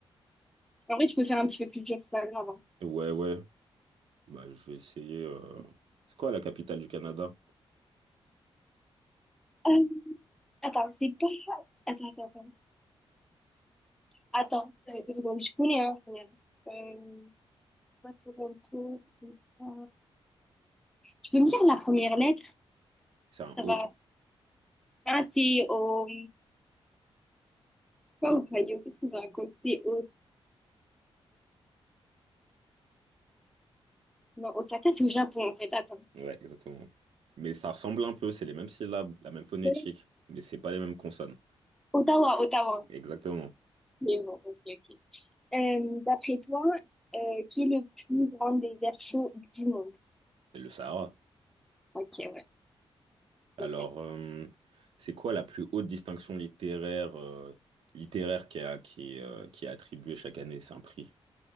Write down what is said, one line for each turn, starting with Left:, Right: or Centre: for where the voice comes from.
Centre: En vrai, tu peux faire un petit peu plus dur, c'est pas grave. hein.
Right: Ouais, ouais. Bah, je vais essayer. euh, C'est quoi la capitale du Canada?
Centre: Euh, attends, c'est pas. Attends, attends, attends. Attends, euh, deux secondes, je connais un. je connais un. Euh, pas Toronto, c'est pas. Tu peux me dire la première lettre?
Right: C'est un
Centre: Ça
Right: O.
Centre: va. Ah, c'est au. Pas au Ohio, qu'est-ce que je raconte? C'est au. Non, Osaka, c'est au Japon, en fait. Attends.
Right: Ouais, exactement. Mais ça ressemble un peu. C'est les mêmes syllabes, la même phonétique,
Centre: Ouais.
Right: mais c'est pas les mêmes consonnes.
Centre: Ottawa, Ottawa.
Right: Exactement.
Centre: Mais bon, ok, ok. Euh, d'après toi, euh, qui est le plus grand désert chaud du monde?
Right: c'est le Sahara.
Centre: Ok, ouais.
Right: Alors,
Centre: Ok.
Right: euh, c'est quoi la plus haute distinction littéraire, euh, littéraire qui a- qui, est, euh, qui est attribuée chaque année? C'est un prix.